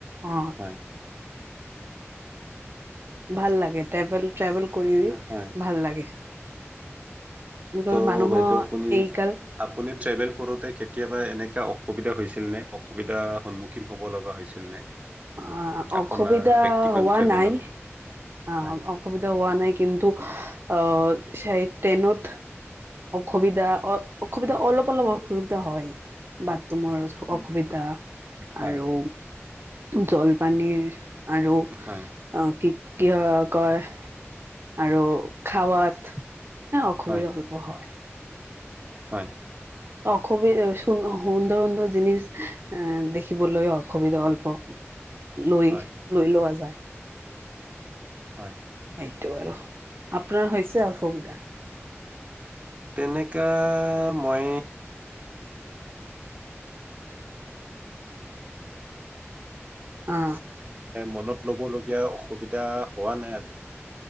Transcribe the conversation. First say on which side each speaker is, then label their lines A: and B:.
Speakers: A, on the right; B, on the right.
A: অ'।
B: হয়,
A: ভাল লাগে টেবেল ট্ৰেভেল কৰি অৰি
B: হয়।
A: ভাল লাগে। বিকজ
B: ত'
A: মানুহৰ
B: বাইদেউ আপুনি
A: এইকাল
B: আপুনি ট্ৰেভেল কৰোঁতে কেতিয়াবা এনেকা অসুবিধা হৈছিল নে, অসুবিধাৰ সন্মুখীন হ'ব লগা হৈছিল নে?
A: অ', অসুবিধা
B: আপোনাৰ ব্যক্তিগত
A: হোৱা
B: ট্ৰেভেলত?
A: নাই অ',
B: হয়,
A: অসুবিধা হোৱা নাই কিন্তু অ' স ট্ৰেইনত অসুবিধা অ', অসুবিধা অলপ অলপ অসুবিধা হয় বাত তোমাৰ
B: উম,
A: অসুবিধা
B: হয়,
A: আৰু জলপানীৰ আৰু অ',
B: হয়,
A: কি? কিয় কয় আৰু খাৱাত অসুবিধা
B: হয়,
A: অল্প হয়
B: হয়।
A: অখবি সুন্দৰ সুন্দৰ জিনিচ অ', দেখিবলৈয অসুবিধা অল্প। লৈ
B: হয়,
A: - লৈ লোৱা যায়।
B: হয়।
A: এইটো আৰু আপোনাৰ হৈছে অসুবিধা?
B: <inaudible> কেনেকা মানে
A: অ
B: মনত লবলগীয়া অসুবিধা হোৱা নাই।